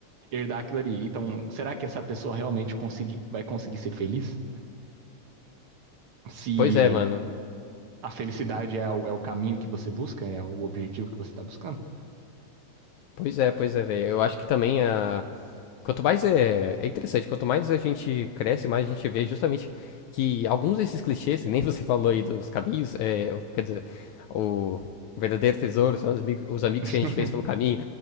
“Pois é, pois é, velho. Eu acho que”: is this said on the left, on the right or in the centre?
Left